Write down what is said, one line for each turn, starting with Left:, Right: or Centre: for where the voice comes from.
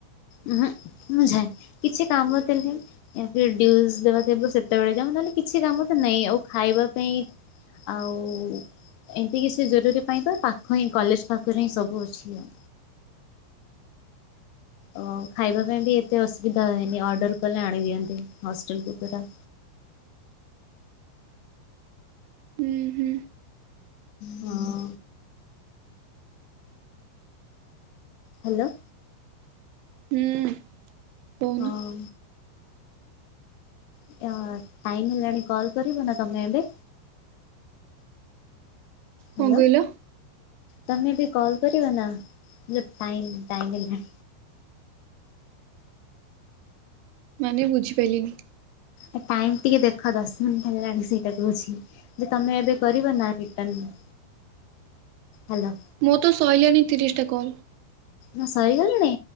Left: ଉଁ ହୁଁ ମୁଁ ଯାଏ କିଛି କାମ ଥିଲେ। ଏଁ <unintelligible> ଡିଉସ ଦବାକୁ ହେବ ସେତେବେଳେ ଯାଉ ନହେଲେ କିଛି କାମ ତ ନାଇଁ ଆଉ ଖାଇବା ପାଇଁ। ଆଉ ଏମିତି କି ସେ ଜରୁରୀ ପାଇଁ ତ ପାଖ ହିଁ କଲେଜ ପାଖରେ ହିଁ ସବୁ ଅଛି ଆଉ। ଓ ଖାଇବା ପାଇଁ ବି ଏତେ ଅସୁବିଧା ହୁଏନି ଅର୍ଡର କଲେ ଆଣିଦିଅନ୍ତି ହଷ୍ଟେଲକୁ ବୁଫେ ଟା।
Right: ହୁଁ ହୁଁ।
Left: ହଁ। ହାଲୋ।
Right: ହୁଁ। କହୁନ
Left: ହଁ। ଏ ଅ ଟାଇମ ହେଲାଣି କଲ କରିବ ନା ତମେ ଏବେ?
Right: କଣ
Left: ହାଲୋ
Right: କହିଲ?
Left: ତମେ ଏବେ କଲ୍ କରିବ ନା ଯୋ ଟାଇମ ଟାଇମ ହେଲା
Right: ମାନେ ବୁଝିପାରିଲିନି।
Left: ଆ ଟାଇମ ଟିକେ ଦେଖ ଦଶ ମିନିଟ ହେଲାଣି ସେଇଟା କହୁଛି। ଯେ ତମେ ଏବେ କରିବ ନା ରିଟର୍ନ ହାଲୋ।
Right: ମୋର ତ ସଇଲାଣି ତିରିଶ ଟା କଲ।
Left: ନ ସାରି ଗଲାଣି।